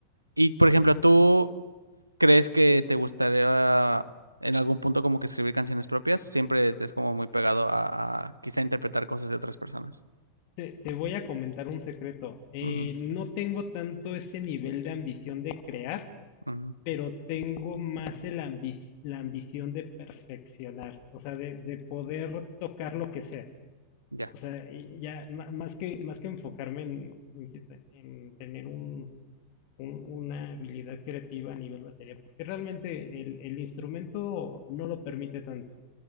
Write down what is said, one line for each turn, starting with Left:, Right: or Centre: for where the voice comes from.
Right: y por ejemplo, ¿tú crees que te gustaría en algún punto como que escribir canciones propias? Siempre te es como muy pegado a, a quizá interpretar cosas de otras personas.
Left: Te, te voy a comentar un secreto. Eh,
Right: Ujú,
Left: no tengo tanto ese nivel de ambición de crear,
Right: ujú,
Left: pero tengo más el ambi- la ambición de perfeccionar, o sea, de, de poder tocar lo que sea.
Right: ya.
Left: O sea, y ya ma- más que, más que enfocarme en, insisto, en en tener un, un- una habilidad creativa a nivel batería, porque realmente el, el instrumento no lo permite tanto,